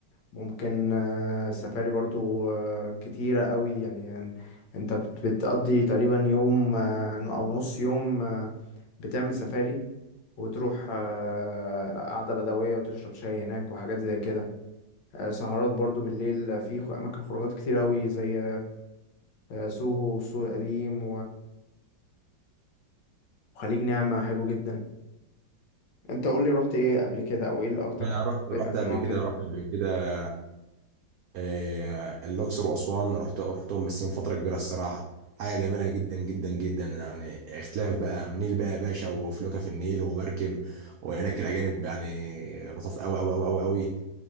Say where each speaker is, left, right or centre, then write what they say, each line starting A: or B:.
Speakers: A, on the left; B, on the right.
A: ممكن آه، سفاري برضو آه، كتيرة قوي يعني, يعني انت بت- بتقضي تقريبا يوم آه، أو نص يوم آه، بتعمل سفاري وتروح آه، قعدة بدوية وتشرب شاي هناك وحاجات زي كده آه، سهرات برضو بالليل آه، في خ- أماكن خروجات كتير قوي زي آه، سوهو والسوق القديم وخليج نعمة حلو جدا انت قول لي رحت ايه قبل كده او ايه اللي اكتر
B: انا
A: حاجة
B: رحت
A: عجبتك
B: رحت
A: في
B: قبل
A: المنطقة
B: كده
A: دي
B: رحت قبل كده آه، الاقصر واسوان رحت رحتهم بس من فتره كبيره الصراحه حاجه جميله جدا جدا جدا يعني اختلاف بقى نيل بقى يا باشا وفلوكه في النيل ومركب وهناك الاجانب يعني لطاف قوي قوي قوي قوي قوي